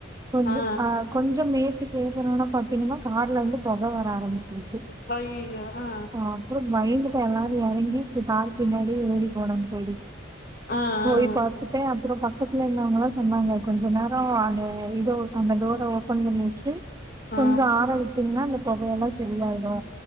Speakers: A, on the right; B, on the left.
A: கொஞ்ச
B: ஆ ஆ
A: அ கொஞ்சோ மேட்டுக்கு ஏத்தணுனா ப சென்னிமோ கார்ல இருந்து பொக வர ஆரம்பிச்சிருச்சு
B: அய்யய்யோ ஆ
A: அ பயந்துட்ட எல்லாரு எறங்கி கார் பின்னாடி ஓடி போனோ தோழி
B: ஆ
A: போய்
B: ஆ
A: பாத்துட்ட அப்பற ப க்கத்துல இருந்தவங்களா சொன்னாங்க கொஞ்சோ நேரோ அங்க இதோ அந்த டோரை ஓபன் பண்ணி வச்சுட்டு
B: ஆ
A: கொஞ்சோ ஆர விட்டிங்கன்னா அந்த பொகயெல்லா சரியாயிடு